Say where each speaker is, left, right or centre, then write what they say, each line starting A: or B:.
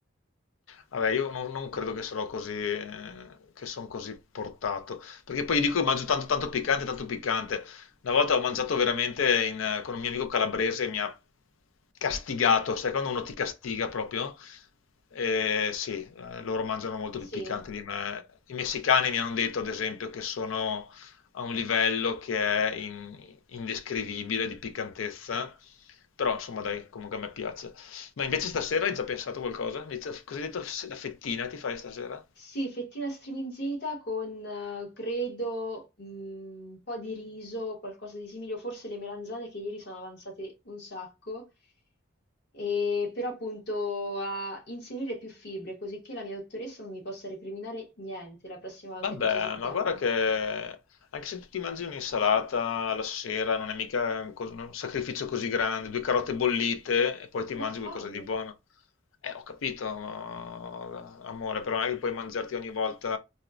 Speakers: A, on the left; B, on the left.
A: Vabbè, io non, non credo che sarò così, eh, che sono così portato, perché poi io dico mangio tanto, tanto piccante, tanto piccante. Una volta ho mangiato veramente in, eh, con un mio amico calabrese, e mi ha castigato, sai quando uno ti castiga proprio? Eh, sì, eh, loro mangiano molto più
B: Sì.
A: piccante di me. I messicani mi hanno detto, ad esempio, che sono a un livello che è in- indescrivibile di piccantezza, però insomma dai, comunque a me piace. Ma invece stasera hai già pensato a qualcosa? Mi dice- Cosa hai detto? Se- La fettina ti fai stasera?
B: Sì, fettina striminzita con, eh, credo, mh, un po' di riso, qualcosa di simile, o forse le melanzane che ieri sono avanzate un sacco, e però appunto a inserire più fibre, così che la mia dottoressa non mi possa recriminare niente la prossima volta
A: Vabbè,
B: che ci sentiamo.
A: ma guarda che anche se tu ti mangi un'insalata la sera non è mica un, cos- un sacrificio così grande, due carote bollite e poi ti mangi
B: Ma ho fame!
A: qualcosa di buono. Eh, ho capito, ma- amore, però non è che puoi mangiarti ogni volta